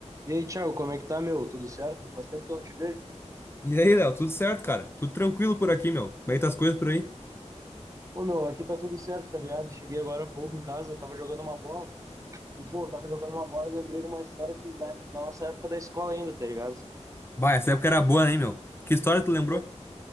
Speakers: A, on the right (about 25°); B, on the left (about 20°).
A: E aí, Thiago, como é que tá, meu? Tudo certo? Faz tempo que eu não te vejo, pô.
B: E aí, Léo, tudo certo, cara? Tudo tranquilo por aqui, meu. Como é que tá as coisas por aí?
A: Pô, meu, aqui tá tudo certo, tá ligado? Cheguei agora há pouco em casa, tava jogando uma bola. E, pô, tava jogando uma bola e lembrei de uma história que da, da nossa época da escola ainda, tá ligado?
B: Bah, essa época era boa, hein, meu? Que história tu lembrou?
A: Pô,